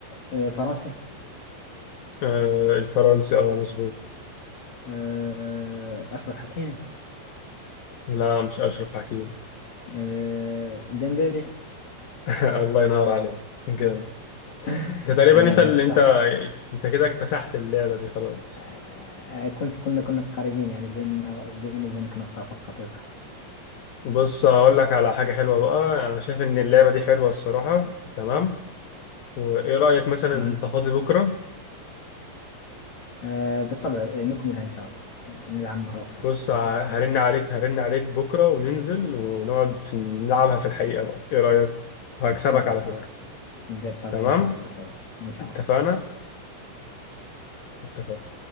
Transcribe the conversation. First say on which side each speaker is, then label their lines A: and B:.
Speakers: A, on the left (about 45°); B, on the left (about 70°).
A: آه، فرنسي
B: آه الفرنسي اه مظبوط
A: آه اشرف حكيمي
B: لا مش اشرف حكيم
A: آه، ديمبلي
B: <laughs> الله ينور عليك جامد
A: <laughs>
B: ده تقريبا
A: تمام
B: انت اللي
A: يا صح
B: انت انت كده اكتسحت اللعبه دي خلاص
A: آه، آه، كنت كنا كنا قريبين يعني بين بيني وبينك نقطة فقط يا صح
B: بص هقول لك على حاجه حلوه بقى انا شايف ان اللعبه دي حلوه الصراحه تمام وايه رايك مثلا
A: تمام
B: انت فاضي بكره
A: آه، بالطبع آه، نكملها إن شاء الله آه، نلعب مرة أخرى
B: بص
A: بكرة
B: ه- هرن عليك هرن عليك بكره وننزل ونقعد نلعبها في الحقيقه بقى ايه رايك وهكسبك
A: بالطبع
B: على فكره
A: بالطبع
B: تمام
A: إن شاء الله الحول إن شاء
B: اتفقنا
A: الله
B: اتفقنا